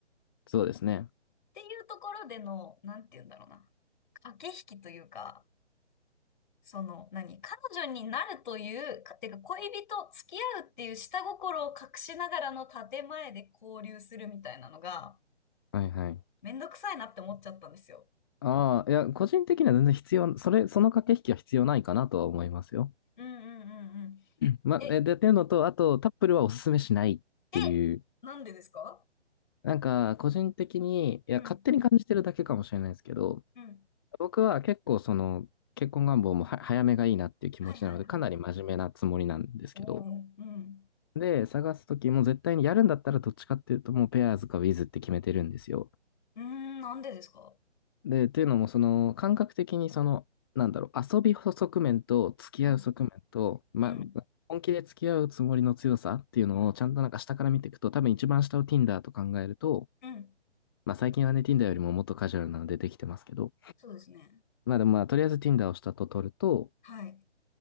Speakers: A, on the left; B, on the left.
A: そうですね。
B: ていうところでの、なんて言うんだろうな。駆け引きというか、その、何彼女になるという、かてか恋人、付き合うっていう下心を隠しながらの建前で交流するみたいなのが、
A: はいはい。
B: めんどくさいなって思っちゃったんですよ。
A: ああ、いや、個人的には全然必要、それ、その駆け引きは必要ないかなとは思いますよ。
B: うんうんうんうん。
A: ま、
B: え、
A: え、で、っていうのと、
B: うん、
A: あと、タップルはおすすめしないっていう、
B: え、なんでですか
A: なんか、個人的に、いや、
B: うん、
A: 勝手に感じてるだけかもしれないですけど、
B: うん。
A: 僕は結構、その、結婚願望もは早めがいいなっていう気持ちなので、
B: はいはいはい。
A: かなり真面目なつもりなんですけど、
B: おお、うん。
A: で、探すときも絶対にやるんだったらどっちかっていうと、もうペアーズかウィズって決めてるんですよ。
B: うーん、なんでですか
A: で、っていうのも、その、感覚的に、その、なんだろう、遊び側面と付き合う側面と、
B: うん、
A: ま、
B: うん、
A: 本気で付き合うつもりの強さっていうのをちゃんとなんか下から見ていくと、
B: うん、
A: 多分一番下を Tinder と考えると、
B: うん。
A: まあ最近はね、Tinder よりももっとカジュアルなのでできてますけど、
B: そうですね。
A: まあでもまあとりあえず Tinder を下と取ると、
B: はい。